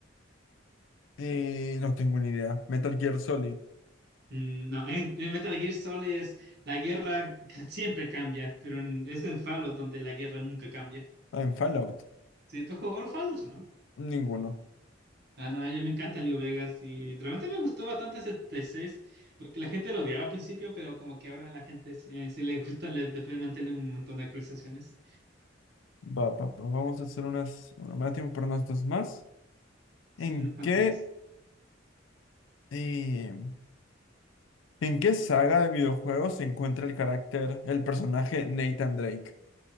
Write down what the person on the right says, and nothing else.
Mm, No, en, en Metal Gear Solid es la guerra ca- siempre cambia, pero en- es en Fallout donde la guerra nunca cambia.
¿Sí tú has jugado al Fallout o no?
Ah, no, ya me encanta Leo Vegas y realmente me gustó bastante ese 6 porque la gente lo odiaba al principio, pero como que ahora a la gente eh, sí le gusta, le, después mantener un montón de actualizaciones.
Sí,
unos cuantos
más.